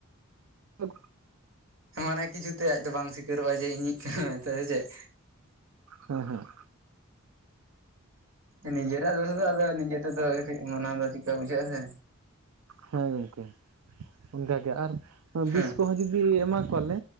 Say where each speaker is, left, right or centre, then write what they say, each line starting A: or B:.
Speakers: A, on the right (about 85°); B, on the right (about 70°).
A: ᱦᱮᱸ
B: ᱢᱟᱱᱮ ᱠᱤᱪᱷᱩ ᱛᱮ ᱟᱡ ᱫᱚ ᱵᱟᱝ ᱥᱤᱠᱟᱹᱨᱚᱜᱼᱟ ᱡᱮ ᱤᱧᱤᱡ ᱠᱟᱱᱟ ᱢᱮᱱᱛᱮ ᱪᱮᱫ?
A: ᱦᱮᱸ ᱦᱮᱸ
B: ᱱᱤᱡᱮᱨᱟᱜ ᱫᱚ ᱫᱚ ᱱᱤᱡᱮᱛᱮ ᱢᱚᱱᱟᱣ ᱠᱟᱴᱤᱡ ᱵᱩᱡᱷᱟᱹ ᱥᱮ
A: ᱦᱮᱸ ᱜᱚᱢᱠᱮ ᱚᱱᱠ ᱜᱮ ᱟᱨ
B: ᱦᱮᱸ
A: ᱵᱤᱥ ᱠᱚᱦᱚᱸ ᱡᱩᱫᱤ ᱮᱢᱟ ᱠᱚᱣᱟᱞᱮ